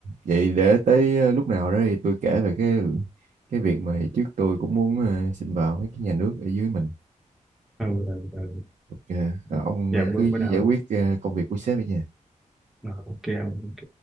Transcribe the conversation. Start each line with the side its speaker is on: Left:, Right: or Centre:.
Right: Vậy để tới ờ, lúc nào đó thì tôi kể về cái cái việc mà hồi trước tôi cũng muốn ờ, xin vào mấy cái nhà nước ở dưới mình
Centre: Ừ. Ừ. Ừ.
Right: ok Ờ,
Centre: Ừ.
Right: ông
Centre: Dạ
Right: ờ,
Centre: bữa
Right: cứ
Centre: bữa
Right: giải
Centre: nào
Right: quyết ờ, công việc của sếp ở nhà
Centre: Ờ, ok ok